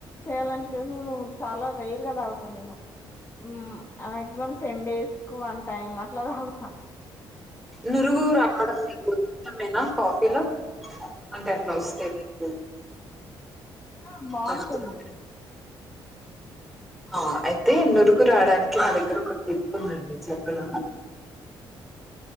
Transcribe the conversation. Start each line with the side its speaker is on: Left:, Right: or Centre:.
Left: చేయాలనుపియదు మేము చాలా రేరుగా తాగుతాం మేము మ్ మాక్సిమం టెన్ డేస్ కు వన్ టైమ్ అట్లా తగుతా
Centre: నురుగూ రావడం మీకు ఇష్టమేనా కాఫీలో అంటే అట్లా వస్తే మీకు
Left: ఆ బాగుంటుంది
Centre: నచ్చుదా అ అయితే నురుగు రావడానికి నా దగ్గర ఒక టిప్ ఉందండి చెప్పన